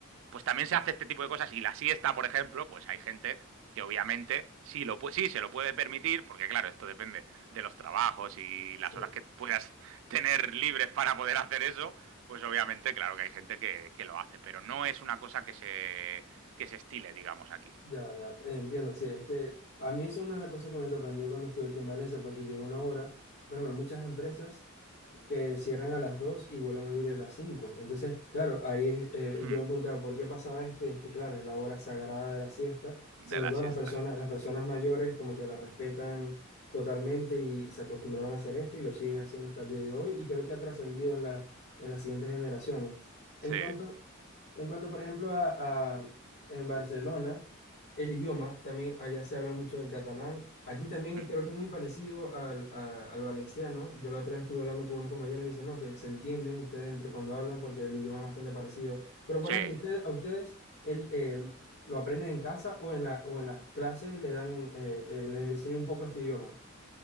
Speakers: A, on the right; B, on the left.
A: pues también se hace este tipo de cosas. Y la siesta, por ejemplo, pues hay gente que obviamente sí, lo pu- sí se lo puede permitir, porque claro, esto depende de los trabajos y las
B: sí.
A: horas que puedas <laughs> tener libres para poder hacer eso, pues obviamente claro que hay gente que, que lo hace, pero no es una cosa que se, que se estile, digamos, aquí.
B: Ya, ya, eh, entiendo, sí, es que a mí eso es una de las cosas que me sorprendió cuando estuve aquí en Valencia, porque llegué una hora, bueno, pero muchas empresas que cierran a las 2 y vuelven a abrir a las 5. Entonces, claro, ahí es, eh,
A: Hmm.
B: yo me preguntaba por qué pasaba esto, y es que, claro, es la hora sagrada de la siesta, sobre
A: De la
B: todo
A: siesta.
B: las personas, las personas mayores como que la respetan totalmente y, se acostumbraron a hacer esto y lo siguen haciendo hasta el día de hoy, y creo que ha trascendido en la, en las siguientes generaciones. En
A: Sí.
B: cuanto... En cuanto, por ejemplo, a, a- en Barcelona, el idioma, también allá se habla mucho del catalán. Aquí también es,
A: Hmm.
B: creo que es muy parecido al, a- al valenciano. Yo la otra vez estuve hablando con unos compañeros y me dicen, no, que se entienden ustedes entre cuando hablan porque el idioma es bastante parecido. Pero, por
A: Sí,
B: ejemplo, ustedes, a ustedes el, el- lo aprenden en casa o en la, o en las clases le dan, eh, eh, les enseñan un poco este idioma.